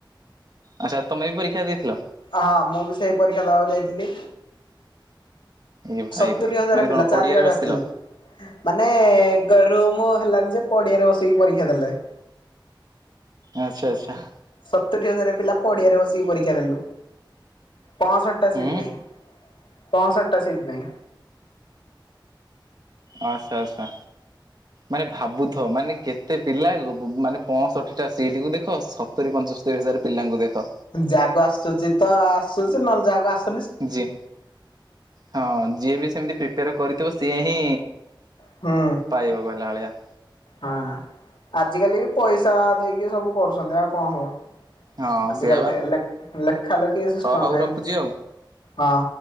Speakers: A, on the right; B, on the left.
A: ଆଚ୍ଛା ତମେ ବି ପରୀକ୍ଷା ଦେଇଥିଲ?
B: ହଁ ମୁଁ ବି ସେଇ ପରୀକ୍ଷା ଦେବାକୁ ଯାଇଥିଲି।
A: ଏ ଭାଇରେ
B: ସତୁରି ହଜାର
A: ମାନେ
B: ପିଲା
A: କଣ
B: ଚାରିଆଡେ
A: ପଡିଆରେ ବସିଥିଲ
B: ଆସିଥିଲେ ମାନେ ଗରୁ ମୁ ହେଲାନି ଯେ ପଡିଆରେ ବସେଇିକି ପରୀକ୍ଷା ଦେଲେ। <inaudible>
A: ଆଚ୍ଛା ଆଚ୍ଛା।
B: ସତୁରିୀ ହଜାର ପିଲା ପଡିଆରେ ବସିକି ପରୀକ୍ଷା ଦେଲୁ। ପଅଷଠିଟା
A: ହୁଁ
B: ସିଟ୍ ପାଇଁ ପଅଷଠିଟା ସିଟ ପାଇଁ
A: ଆଚ୍ଛା ଆଚ୍ଛା ମାନେ ଭାବୁଥ ମାନେ କେତେ ପିଲା ମାନେ ପଞ୍ଚଷଠି ଟା ସିଟିକୁୁ ଦେଖ ସତୁରିୀ ପଞ୍ଚସ୍ତରୀ ହଜାର ପିଲାଙ୍କୁ ଦେଖ
B: ଯାହାକୁ ଆସୁଚି ତ ଆସୁଛି ନହେଲେ ଯାହାକୁ ଆସୁ
A: ଯି ହଁ ଯିଏ ବି ସେମିତି କରିଥିବ ସିଏ ହିଁ।
B: ହୁଁ।
A: ପାଇବା କହିଲା ଭଳିଆ
B: ହଁ ଆଜିକାଲି ବି ପଇସା ଦେଇକି ସବୁ କରୁଛନ୍ତି ଆଉ କଣ ହବ।
A: ହଁ
B: ଆଜିିକାଲି
A: ସେଇଆ ବା
B: ହେଲେ। ଲେ ଖାଲ କି
A: ହ
B: ସିଷ୍ଟ
A: ହଉ
B: ନାହିଁ
A: ରଖୁଛି ଆଉ।
B: ହଁ।